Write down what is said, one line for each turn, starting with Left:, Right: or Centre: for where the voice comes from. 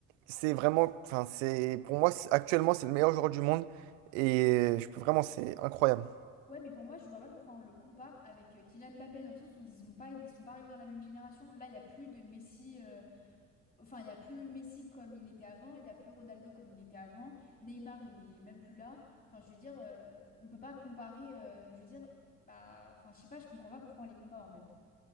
Right: C'est vraiment, enfin, c'est pour moi, c'est- actuellement, c'est le meilleur joueur du monde. Et je peux vraiment, c'est incroyable.
Left: Ouais, mais pour moi, je vois pas pourquoi on le compare avec euh, Kylian Mbappé dans le sens où ils ont pas, ils sont pas arrivés dans la même génération. Là, il y a plus de Messi. euh, Enfin, il n'y a plus Messi comme il était avant, il n'y a plus Ronaldo comme il était avant, Neymar, il est même plus là. Enfin, je veux dire, euh, on peut pas comparer, euh, je veux dire, bah, enfin, je sais pas, je comprends pas pourquoi on les compare en fait.